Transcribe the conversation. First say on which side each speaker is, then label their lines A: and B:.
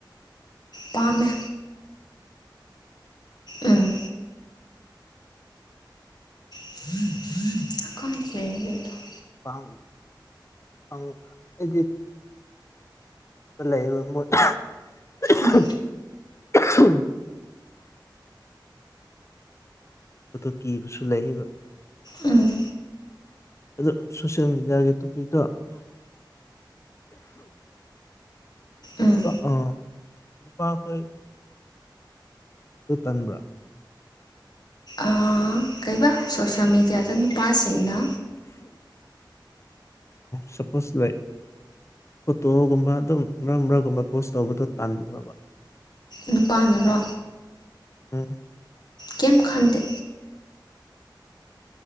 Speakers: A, on the left; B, on the left.
A: ꯄꯥꯝꯃꯦ ꯑꯥ <unintelligible>
B: ꯄꯥꯝ ꯑꯪ ꯑꯩꯗꯤ ꯂꯩꯑꯕ <unintelligible>
A: ꯎꯝ
B: ꯑꯍꯝ ꯑꯗꯨ ꯀꯤꯕꯁꯨ ꯂꯩꯌꯦꯕ
A: ꯎꯝ
B: ꯑꯗꯣ ꯁꯣꯁꯤꯌꯦꯜ ꯃꯦꯗꯤꯌꯥꯒꯤ ꯇꯣꯄꯤꯛꯇꯣ
A: ꯎꯝ
B: ꯅꯨꯄꯥ ꯑ ꯅꯨꯄꯥꯈꯣꯏ ꯑꯗꯨ ꯇꯟꯕ꯭ꯔꯥ
A: ꯑꯥ ꯀꯩꯕꯥ ꯁꯣꯁꯦꯜ ꯃꯦꯗꯤꯌꯥꯗ ꯅꯨꯄꯥꯁꯤꯡꯅ
B: ꯁꯄꯣꯁ ꯂꯩꯥ ꯐꯣꯇꯣꯒꯨꯝꯕ ꯑꯗꯨꯝ ꯃꯔꯛ ꯃꯔꯛꯒꯨꯝꯕ ꯄꯣꯁ ꯇꯧꯕꯗꯣ ꯇꯟꯕ꯭ꯔꯣꯕ
A: ꯅꯨꯄꯥꯅꯔꯣ
B: ꯎꯝ
A: ꯀꯦꯝ ꯈꯟꯗꯦ